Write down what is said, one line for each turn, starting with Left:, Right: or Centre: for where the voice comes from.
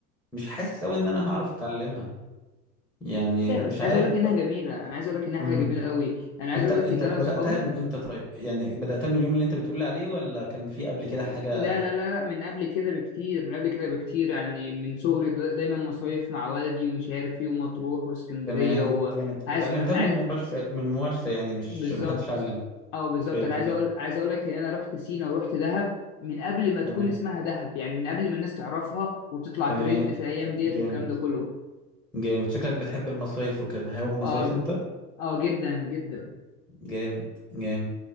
Centre: مش حاسس قوي ان انا هعرف اتعلمها يعني
Left: لا
Centre: مش
Left: بس
Centre: عارف
Left: عايز اقول لك
Centre: بقى.
Left: انها جميله انا عايز اقول لك انها حاجه
Centre: مهم.
Left: جميله قوي انا عايز
Centre: انت
Left: اقول
Centre: انت
Left: لك ان انا
Centre: بداتها
Left: واصحابي
Centre: من امتى طيب يعني بداتها من اليوم اللي انت بتقول لي عليه ولا كان في قبل كده حاجه
Left: لا لا لا من قبل كده بكتير من قبل كده بكتير يعني من صغري دا- دايما مصايف مع والدي ومش عارف ايه ومطروح واسكندريه
Centre: تمام
Left: وعايز
Centre: يعني اتعلمتها
Left: انا
Centre: من
Left: عايز
Centre: الممارسه من الممارسه يعني مش
Left: بالظبط
Centre: محدش علم
Left: اه بالظبط
Centre: اوكي
Left: انا
Centre: تمام
Left: عايز اقول عايز اقول لك ان انا رحت سينا ورحت دهب من قبل ما تكون
Centre: تمام
Left: اسمها دهب يعني من قبل ما الناس تعرفها وتطلع
Centre: تمام
Left: ترند في الايام ديت
Centre: جامد
Left: والكلام ده كله
Centre: جامد شكلك بتحب المصايف وكده هو مصايف
Left: اه
Centre: انت
Left: اه جدا جدا
Centre: جامد جامد